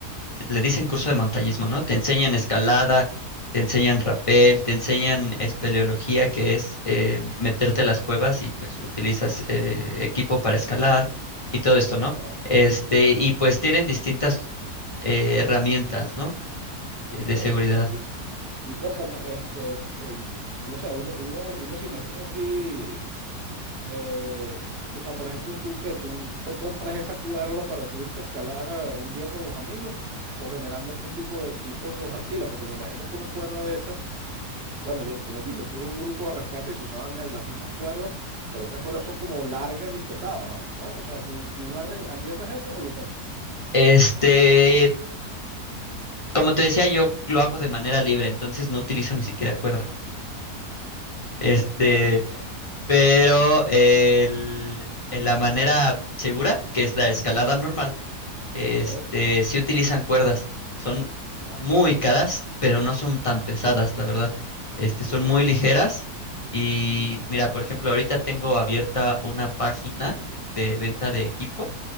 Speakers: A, on the left; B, on the right.
A: le dicen curso de montañismo, ¿no? Te enseñan escalada, te enseñan rapel, te enseñan espeleología, que es eh, meterte a las cuevas y pues utilizas eh, equipo para escalar y todo esto, ¿no?
B: Ya,
A: Este,
B: ok,
A: y pues tienen distintas eh, herramientas, ¿no?
B: ok.
A: Eh, De seguridad.
B: ok. Y, y cuéntame, este, em, no sé, uno, uno, uno se imagina así, eh, o sea, por ejemplo, tú que tú, tú te compras esa cuerda para tú irte a escalar a un día con los amigos o generalmente ese tipo de equipos los alquilas, porque me imagino que una cuerda de esa Bueno, yo, como te dije, estuve en un grupo de rescate y se usaban el- las mismas cuerdas, pero esas cuerdas son como largas y pesadas, ¿no? O sea, ¿tú, tú arre- arriendas eso o lo compras?
A: Este, como te decía, yo lo hago de manera libre, entonces no utilizo ni siquiera cuerda. Este,
B: <laughs> Ya,
A: pero el- en la manera segura, que es la escalada normal, este,
B: ok,
A: sí utilizan cuerdas. Son
B: Ya,
A: muy caras, pero no son tan pesadas, la verdad. Este,
B: ok,
A: son muy
B: ok,
A: ligeras y
B: ujú,
A: mira, por ejemplo, ahorita tengo abierta una página de venta de equipo